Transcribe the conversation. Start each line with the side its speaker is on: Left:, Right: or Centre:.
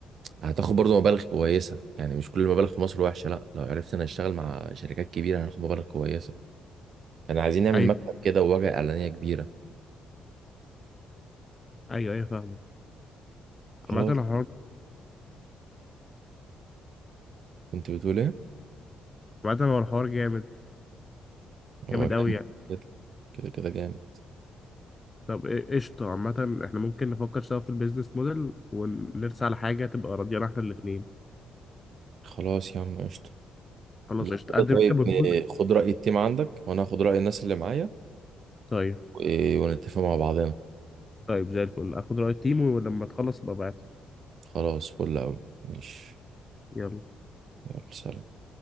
Right: هتاخد برضو مبالغ كويسة يعني مش كل المبالغ في مصر وحشة لا لو عرفت انا اشتغل مع شركات كبيرة هناخد مبالغ كويسة فاحنا عايزين نعمل
Left: ايوه
Right: مكتب كده وواجهة اعلانية كبيرة
Left: ايوه ايوه فاهمه
Right: خلاص
Left: عامه الحوار
Right: كنت بتقول ايه؟
Left: عامه هو الحوار جامد
Right: هو
Left: جامد
Right: جامد
Left: قوي يعني
Right: كده كده كده جامد
Left: طب إيه- قشطه عامه احنا ممكن نفكر سوا في البيزنس موديل ونرسى على حاجه تبقى راضيانا احنا الاثنين
Right: خلاص يا عم قشطة
Left: خلاص
Right: لا
Left: قشطه
Right: كده
Left: قدم
Right: طيب
Left: انت بروبوزل.
Right: إيه، خد رأي التيم عندك وانا هاخد رأي الناس اللي معايا
Left: طيب
Right: و- ونتفق مع بعضنا
Left: طيب زي الفل اخد راي التيم ولما تخلص ابقى ابعت لي
Right: خلاص فل اوي ماشي
Left: يلا
Right: يلا سلام